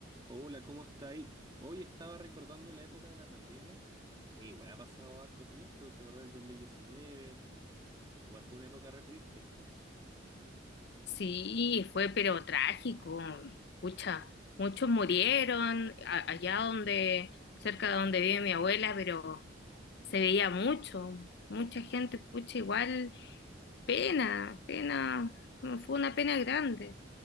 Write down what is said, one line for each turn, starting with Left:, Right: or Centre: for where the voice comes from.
Right: Hola, ¿cómo estáis? Hoy estaba recordando la época de la pandemia e igual ha pasado harto tiempo, ¿te acordás del 2019? Igual fue una época re triste.
Left: Sí, fue pero trágico, pucha, muchos murieron a- allá donde, cerca de donde vive mi abuela, pero se veía mucho, mucha gente, pucha, igual, pena, pena, no, fue una pena grande.